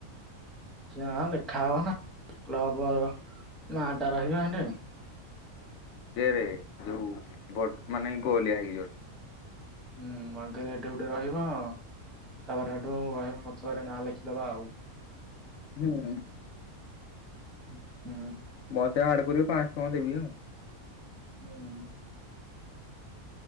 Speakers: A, in the centre; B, on the left.
A: ଆ ଲେଖା ହବନା କ୍ଲବ ନା ରହିବ ଏ
B: ରେ ଯୋଉ ବ ମାନେ ଗଳିଆ ହେଇକିଯିବ।
A: ହୁଁ ଆଗରେ ଏଠି ଗୋଟେ ରହିବ ଆ ତାପରେ ର ହଥରେ ନାଁ ଲେଖିଦବା ଆଉ
B: ହୁଁ।
A: ହୁଁ।
B: ମତେ ଆଡ କରିବ ପାଞ୍ଚ ଟଙ୍କା ଦେବି ଆଉ
A: ହୁଁ।